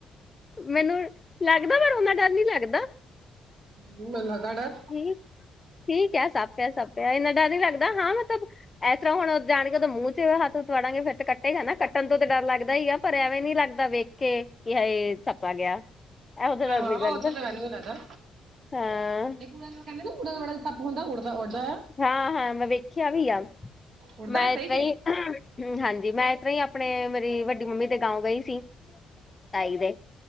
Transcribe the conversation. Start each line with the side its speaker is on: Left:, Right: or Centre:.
Left: ਮੈਨੂੰ ਲੱਗਦਾ ਪਰ ਓਨਾ ਡਰ ਨੀ ਲੱਗਦਾ।
Right: ਮੈਨੂੰ ਲੱਗਦਾ ਡਰ
Left: ਹੂੰ ਠੀਕ ਹੈ ਸੱਪ ਐ, ਸੱਪ ਐ, ਇੰਨਾ ਡਰ ਨੀ ਲੱਗਦਾ ਹਾਂ ਮਤਲਬ ਇਸ ਤਰ੍ਹਾਂ ਹੁਣ ਜਾਣ ਕੇ ਉਹਦੇ ਮੂੰਹ 'ਚ ਹੱਥ ਕੁਛ ਵਾੜਾਂਗੇ, ਫਿਰ ਕੱਟੇਗਾ ਨਾ ਕੱਟਣ ਤੋਂ ਤੇ ਡਰ ਲੱਗਦਾ ਹੀ ਐ, ਪਰ ਐਂਵੇ ਨੀ ਲੱਗਦਾ ਵੇਖ ਕੇ, ਕੀ ਹਾੲ ਸੱਪ ਆ ਗਿਆ। ਇਹੋ ਡਰ
Right: ਹਾਂ ਹਾਂ
Left: ਨੀ ਲੱਗਦਾ,
Right: ਉਦਾਂ ਤਾਂ ਮੈਨੂੰ ਵੀ ਲੱਗਦਾ
Left: ਹਾਂ।
Right: ਇੱਕ ਉੜਾ ਕਹਿੰਦੇ ਨਾ ਉੜਨ ਵਾਲਾ ਸੱਪ ਹੁੰਦਾ ਉੜਦਾ ਉੜਦਾ ਆ
Left: ਹਾਂ- ਹਾਂ ਮੈਂ ਵੇਖਿਆ ਵੀ ਆ,
Right: ਉੜਦਾ
Left: ਮੈਂ
Right: ਹੈ
Left: ਇਸ
Right: ਸਹੀ
Left: ਤਰ
Right: ਚ
Left: ਹੀ ਹਾਂਜੀ, ਮੈਂ ਇਸ ਤਰਾਂ ਹੀ ਆਪਣੇ, ਮੇਰੀ ਵੱਡੀ ਮੰਮੀ ਦੇ ਗਾਉ ਗਈ ਸੀ। ਤਾਂਈ ਦੇ